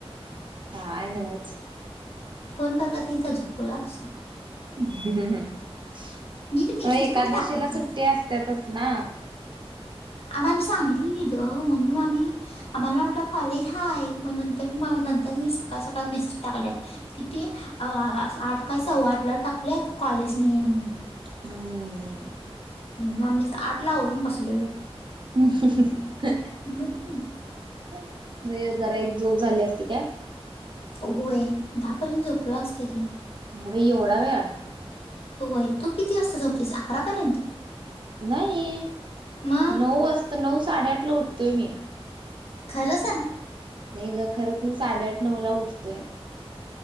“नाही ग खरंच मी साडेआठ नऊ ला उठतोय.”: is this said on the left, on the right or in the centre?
Right